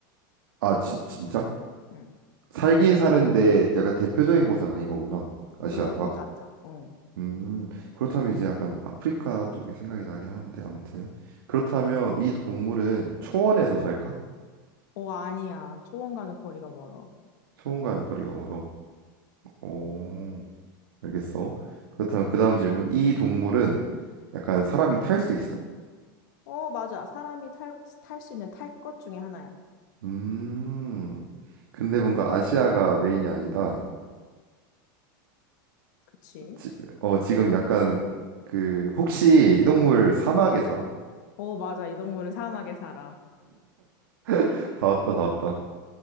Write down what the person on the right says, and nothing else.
아, 지, 진짜?
살긴 사는데 약간 대표적인 곳은 아닌 거구나. 아시아가.
음. 그렇다면 이제 약간 아프리카 쪽이 생각이 나긴 하는데 아무튼. 그렇다면 이 동물은 초원에서 살까?
초원과는 거리가 멀어. 오, 알겠어. 그렇다면 그 다음 질문. 이 동물은 약간 사람이 탈 수 있어?
음, 근데 뭔가 아시아가 메인이 아니다.
지금, 어, 지금 약간 그 혹시 이 동물 사막에 살아?
<laughs> 다 왔다, 다 왔다.